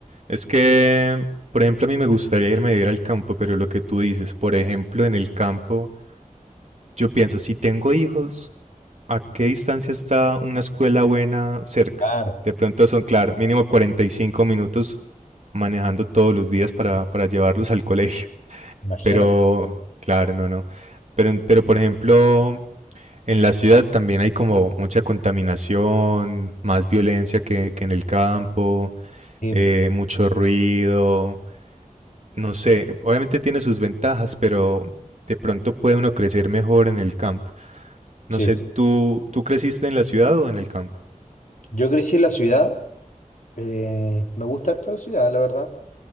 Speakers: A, on the right (about 55°); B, on the left (about 70°).
A: Es que, por ejemplo, a mí me gustaría irme a vivir al campo, pero lo que tú dices, por ejemplo, en el campo, yo pienso, si tengo hijos, ¿a qué distancia está una escuela buena cerca?
B: Claro,
A: De pronto son, claro, mínimo 45 minutos manejando todos los días para, para llevarlos al colegio. <laughs>
B: imagínate.
A: Pero, claro, no, no. Pero, pero, por ejemplo, en la ciudad también hay como mucha contaminación, más violencia que, que en el campo,
B: Sí,
A: eh, mucho ruido, no sé, obviamente tiene sus ventajas, pero de pronto puede uno crecer mejor en el campo. No
B: sí.
A: sé, ¿tú, tú creciste en la ciudad o en el campo?
B: Yo crecí en la ciudad, eh, me gusta harto la ciudad, la verdad.